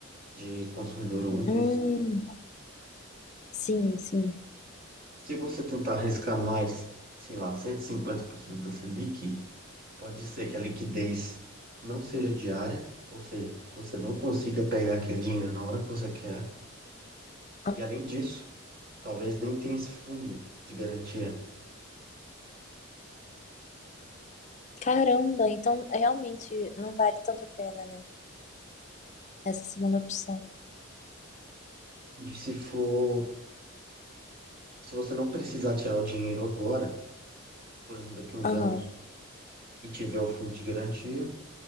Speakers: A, on the right; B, on the left.
A: de Consumidor, alguma coisa
B: Hum,
A: assim.
B: sim, sim.
A: Se você tentar arriscar mais, sei lá, 150% da Selic, pode ser que a liquidez não seja diária, ou seja, você não consiga pegar aquele dinheiro na hora que você quer.
B: Ah,
A: E além disso, talvez nem tenha esse fundo de garantia.
B: Caramba, então realmente não vale tanto a pena, né? Essa segunda opção.
A: De se for, se você não precisar tirar o dinheiro agora, por exemplo, daqui a uns
B: Aham.
A: anos, e tiver o fundo de garantia,